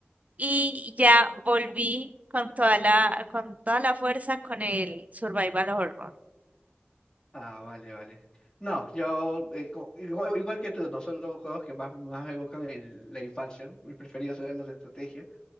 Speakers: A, on the right; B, on the left.
A: y ya volví con toda la, con toda la fuerza con el survival horror.
B: Ah, vale, vale. No, yo eh, co- igual, igual que tú, no son los juegos que más, más me evocan el- la infancia. ¿no? Mis preferidos eran los de estrategia.